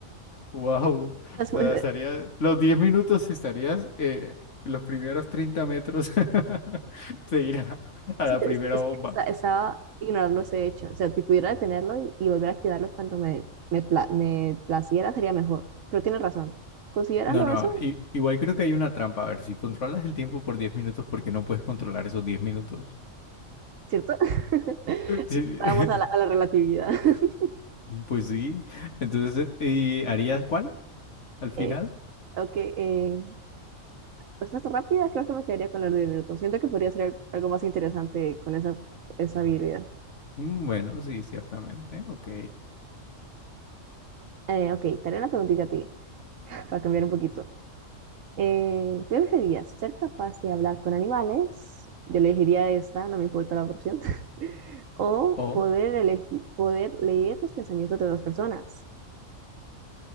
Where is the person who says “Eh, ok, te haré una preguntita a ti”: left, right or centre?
Right